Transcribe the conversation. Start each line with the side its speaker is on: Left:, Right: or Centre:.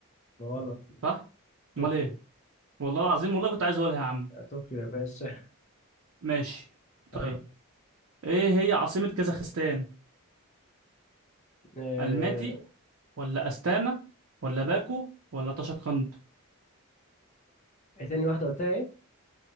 Left: غلط
Right: صح
Left: طوكيو
Right: امال ايه والله العظيم والله كنت عايز اقولها يا عم
Left: طوكيو يا باشا
Right: ماشي
Left: اه
Right: طيب ايه هي عاصمة كازاخستان
Left: آه،
Right: الماتي ولا استانا ولا باكو ولا طشقند
Left: ايه تاني واحده قلتها ايه